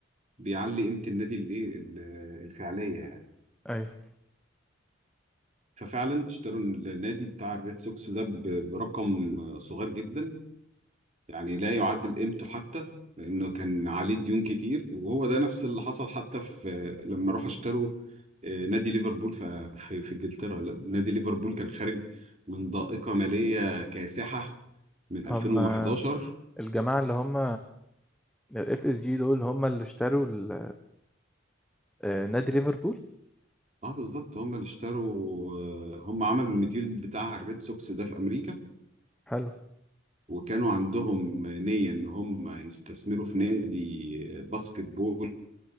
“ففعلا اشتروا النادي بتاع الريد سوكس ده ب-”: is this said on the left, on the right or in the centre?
Right